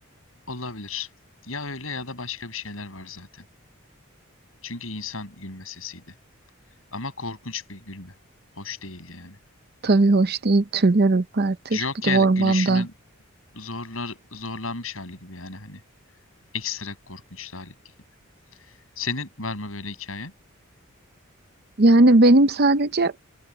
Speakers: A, on the left; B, on the right.
A: Olabilir. Ya öyle ya da başka bir şeyler var zaten. Çünkü insan gülme sesiydi. Ama korkunç bir gülme. Hoş değildi yani.
B: tabii hoş değil, tüyler ürpertir.
A: Joker
B: Bir de ormanda.
A: gülüşünün zorlar, zorlanmış hali gibi yani hani ekstra korkunç hali gibi. Senin var mı böyle hikaye?
B: Yani benim sadece